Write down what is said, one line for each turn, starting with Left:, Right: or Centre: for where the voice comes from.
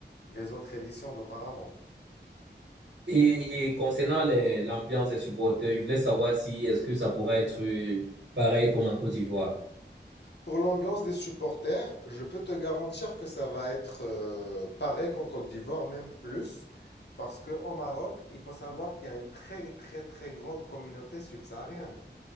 Left: les autres éditions d'auparavant.
Right: Et, et concernant les- l'ambiance des supporters, je voulais savoir si est-ce que ça pourrait être euh, pareil comme en Côte d'Ivoire.
Left: Pour l'ambiance des supporters, je peux te garantir que ça va être euh, pareil qu'en Côte d'Ivoire, même plus, parce qu'au Maroc, il faut savoir qu'il y a une très très très grande communauté subsaharienne,